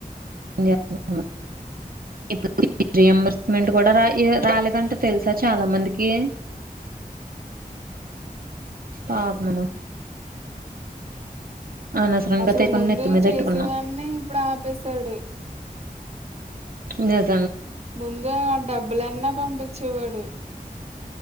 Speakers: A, on the right (about 70°); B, on the right (about 45°).
A: <unintelligible> ఇప్పుడు ఫీజు రియంంబర్స్మెంట్ కూడా రాయే రాలేదంట తెలుసా? చాలా మందికి పాపమమ్మ అనవసరంగా
B: అసలు
A: తెచ్చుకొని
B: ముందు
A: నెత్తి మీద
B: చేసేవాని
A: పెట్టుకున్నాం
B: ఇప్పుడు ఆపేశాడు.
A: ఇం. <unintelligible>
B: ముందేమో ఆ డబ్బులన్న పంపించేవాడు.